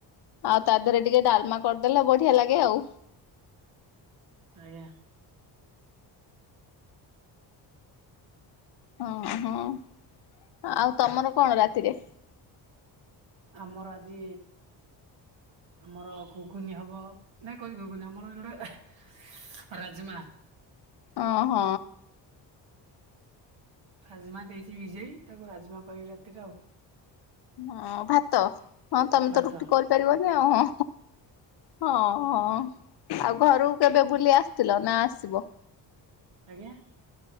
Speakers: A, on the left; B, on the right.
A: ଆଉ ତା ଦେହରେ ଟିକେ ଡାଲମା କରିଦେଲେ ବଢିଆ ଲାଗେ ଆଉ।
B: ଆଜ୍ଞା।
A: ହଁ ହଁ। ଆଉ ତମର କଣ ରାତିରେ?
B: ଆମର ଆଜି ଆମର ଘୁଗୁନି ହବ, ନାଇଁ କହି ଘୁଗୁନି। <unintelligible> ରାଜମା।
A: ଅ ହ।
B: ରାଜମା ଦେଇଚି ଭିଜେଇ, ତାକୁ ରାଜମା କରିବି ରାତିରେ ଆଉ।
A: ହଁ ଭାତ, ହଁ ତମେ
B: ଭାତ
A: ତ ରୁଟି କରିପାରିବନି ହଁ ହଁ। ହଁ ହଁ ଆଉ ଘରୁକୁ କେବେ ବୁଲି ଆସିଥିଲ ନା ଆସିବ?
B: ଆଜ୍ଞା।